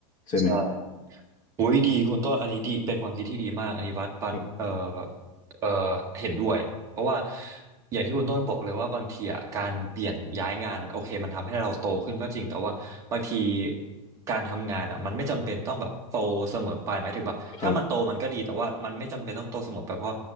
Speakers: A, on the left; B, on the right.
A: ใช่ไหม
B: ใช่ โอ้ยดีคุณต้นอันนี้ดีเป็นความคิดที่ดีมากอันนี้วัดปัดเอ่อ
A: ครับ
B: เอ่อเห็นด้วยเพราะว่าอย่างที่คุณต้นบอกเลยว่าบางทีอ่ะการเปลี่ยนย้ายงานโอเคมันทำให้เราโตขึ้นก็จริงแต่ว่าบางทีการทำงานอ่ะมันไม่จำเป็นต้องแบบโตเสมอไปหมายถึงแบบถ้ามันโตมันก็ดีแต่ว่ามันไม่จำเป็นต้องโตเสมอไปเพราะ
A: ครับ